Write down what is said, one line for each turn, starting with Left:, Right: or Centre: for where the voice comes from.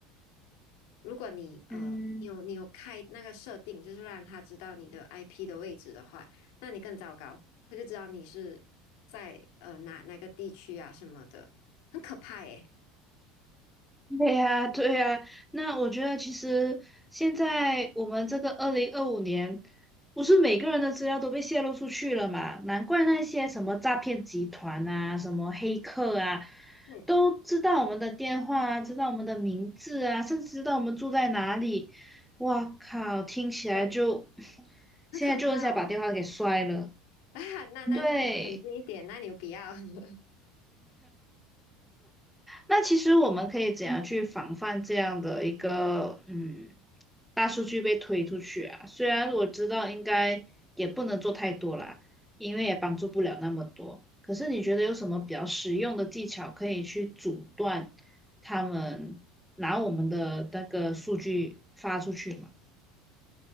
Left: 如果你呃，
Centre: 嗯。
Left: 你有你有开那个设定，就是让他知道你的 IP 的位置的话，那你更糟糕，他就知道你是在呃哪哪个地区啊什么的，很可怕耶。
Centre: 对呀，对呀，那我觉得其实现在我们这个二零二五年，不是每个人的资料都被泄露出去了嘛？难怪那些什么诈骗集团啊、什么黑客啊，
Left: 嗯，
Centre: 都知道我们的电话啊，知道我们的名字啊，甚至知道我们住在哪里。哇靠，听起来就
Left: 对，
Centre: <sucks teeth>，
Left: 很可怕哦。
Centre: 现在就一下把电话给摔了。
Left: <laughs> 啊，那那你冷静一点，
Centre: 嗯对，
Left: 那你不要。<laughs>
Centre: 那其实我们可以怎样去防范这样的一个嗯？大数据被推出去啊。虽然我知道应该也不能做太多啦，因为也帮助不了那么多。可是你觉得有什么比较实用的技巧可以去阻断他们拿我们的那个数据发出去吗？